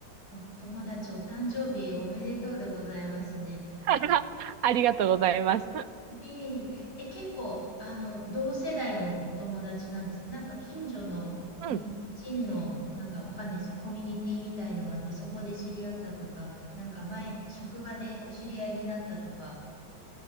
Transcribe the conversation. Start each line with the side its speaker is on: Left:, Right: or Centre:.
Left: お友達、お誕生日おめでとうでございますね。
Right: <laughs> ありがとうございます。
Left: ええ、え、結構、あの、同世代のお友達なんですか。なんか近所の日本人の、
Right: うん。
Left: なんかわかんないです。コミュニティみたいのがあって、そこで知り合ったとか、なんか前、職場でお知り合いになったとか。